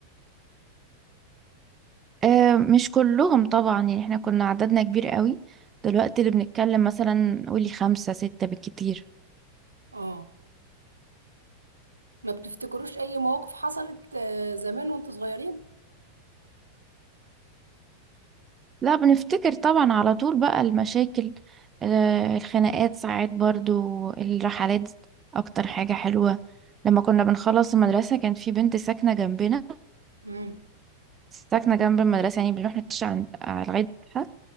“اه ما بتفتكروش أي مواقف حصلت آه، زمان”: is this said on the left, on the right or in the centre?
Right